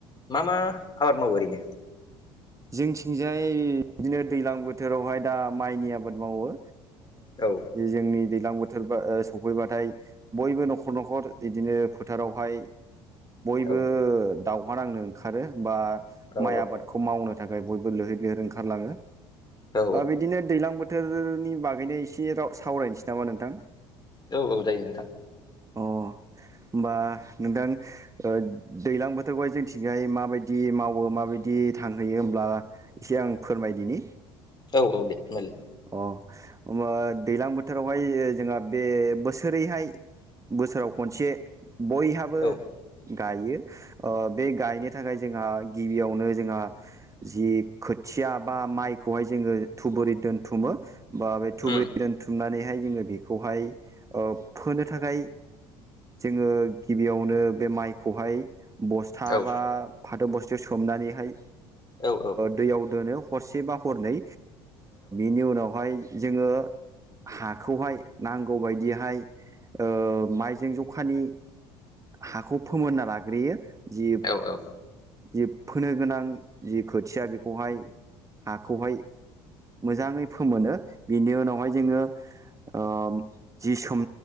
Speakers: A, on the left; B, on the right.
A: मा मा आबाद मावो ओरैनो
B: जोंथिंजाय बिदिनो दैज्लां बोथोरावहाय दा माइनि आबाद मावो
A: औ
B: जोंनि दैज्लां बोथोरा सफैबाथाय बयबो न'खर न'खर बिदिनो फोथारावहाय बयबो
A: औ
B: दावहा नांनो ओंखारो बा
A: औ
B: माइ आबादखौ मावनो थाखाय बयबो लैहोर लैहोर ओंखारलाङो
A: औ
B: बिदिनो दै्लां बोथ बोथोरनि बागैनो एसे सावरायनोसै नामा नोंथां
A: औ औ जायो नोंथां
B: अ हमबा नोंथां ओ दैज्लां बोथोरखौहाय जोंथिंहाय माबायदि मावो माबायदि थांङो होयो होमब्ला एसे आं फोरमायदिनि
A: औ औ दे ओमबालाय
B: अ हबा दैज्लां बोथोरावहाय जोंहा बे बोसोरैहाय बोसोराव खनसे बयहाबो
A: औ
B: ओ गायो बे गायनो थाखाय जोंहा गिबियावनो जोंहा जि खोथिया बा माइखौहाय जोंङो थुबुरै दोन बुथुमो बा बे थुबुरै
A: उम
B: दोनथुमनानैहाय जोंङो बेखौहाय ओ फोनो थाखाय जोंङो गिबियावनो बे माइखौहाय बस्था
A: औ
B: बा फाथो बस्थि सोमनानैहाय
A: औ औ
B: दैयाव दोनो हरसेबा हरनै बेनि उनावहाय जोंङो हाखौहाय नांगौबायदिहाय ओ माइजों जखानि हाखौ फोमोनना लाग्रोयो जि
A: औ औ
B: जि फोनो गोनां जि खोथिया बेखौहाय हाखौहाय मोजाङै फोमोनो बिनि उनावहाय जोङो। ओ जि सोम